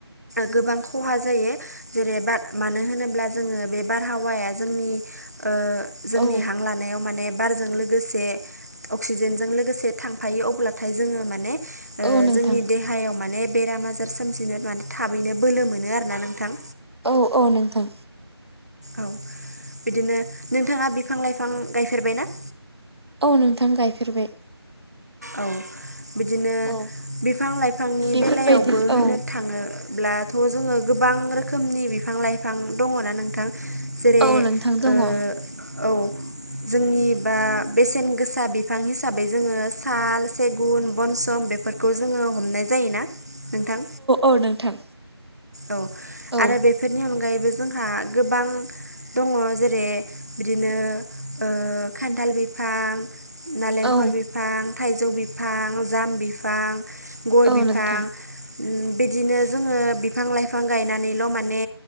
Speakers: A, on the right (about 40°); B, on the right (about 70°).
A: गोबां खहा जायो जेरै‌ बा मानो होनोब्ला जोङो बे बारहावाया जोंनि ओ जोंनि
B: औ
A: हां लानायाव माने बारजों लोगोसे अक्सिजेनजों लोगोसे थांफायो अब्लाथाय जोङो माने ओ
B: औ नोंथां
A: जोंनि देहायाव माने बेराम आजार सोमजिनो माने थाबैनो बोलो मोनो आरो ना नोंथां।
B: औ औ नोंथां।
A: औ बिदिनो नोंथाङा बिफां लाइफां गायफेरबाय ना?
B: औ नोंथां गायफेरबाय।
A: औ बिदिनो
B: औ
A: बिफां लाइफांनि
B: बेफोरबायदि
A: बेलायावबो होनो
B: औ
A: थांङो ब्लाथ' जोंङो गोबां रोखोमनि बिफां लाइफां दंङ ना नोंथां? जेरै
B: औ नोंथां दङ
A: ओ
B: औ
A: औ। जोंनि बा बेसेन गोसा बिफां हिसाबै जोंङो साल सेगुन बनसम बेफोरखौ जोंङो हमनाय जायोना नोंथां?
B: औ नोंथां
A: औ
B: औ
A: आरो बेफोरनि अनगायैबो जोंहा गोबां दंङ जेरै बिदिनो ओ खान्थाल बिफां नालेंखर
B: औ
A: बिफां थाइजौ बिफां जाम बिफां। गय
B: औ
A: बिफां
B: नोंथां
A: उम बिदिनो जोंङो बिफां लाइफां गायनानैल' माने